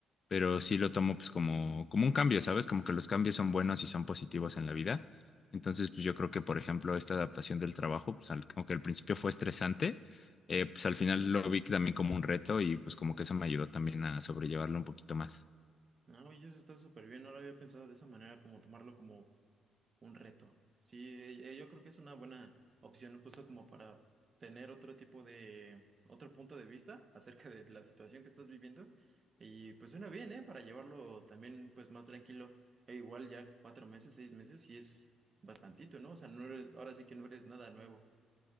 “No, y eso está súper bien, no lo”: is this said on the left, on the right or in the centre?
Right